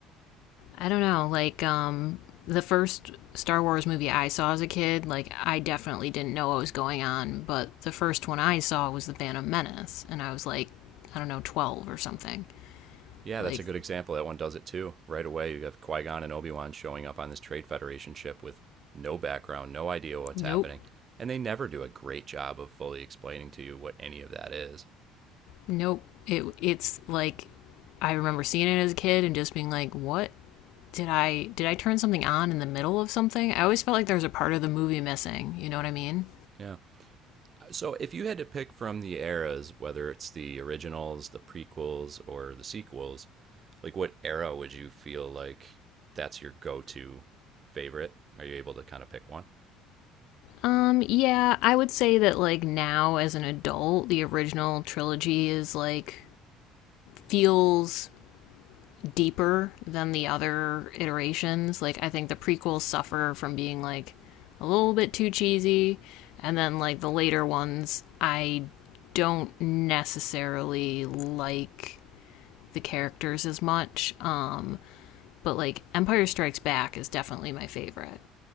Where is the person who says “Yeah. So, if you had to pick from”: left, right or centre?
Right